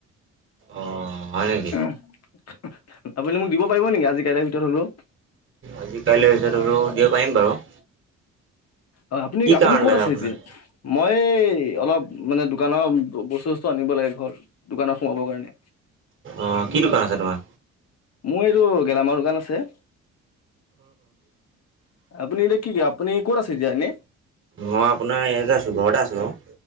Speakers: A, on the right (about 40°); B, on the left (about 55°).
A: অ' হয় নেকি?
B: আপুনি মোক দিব পাৰিব নেকি আজি কাইলে ভিতৰত হ'লেও।
A: আজি কাইলে ভিতৰত হলেও দিব পাৰিম বাৰু।
B: অ আপুনি
A: কি
B: - আপুনি
A: কাৰণ
B: ক'ত
A: লাগে
B: আছে
A: আপোনাক
B: এতিয়া? মই অলপ মানে দোকানৰ বস্তু সস্তু আনিব লাগে ঘৰ দোকানত সোমাবৰ কাৰণে
A: অ' কি দোকান আছে তোমাৰ?
B: মোৰ এইটো গেলামালৰ দোকান আছে। আপনি এ দে কি আপুনি ক'ত আছে এতিয়া এনে।
A: মই আপোনাৰ ইয়াতে আছোঁ ঘৰতে আছোঁ বাৰু।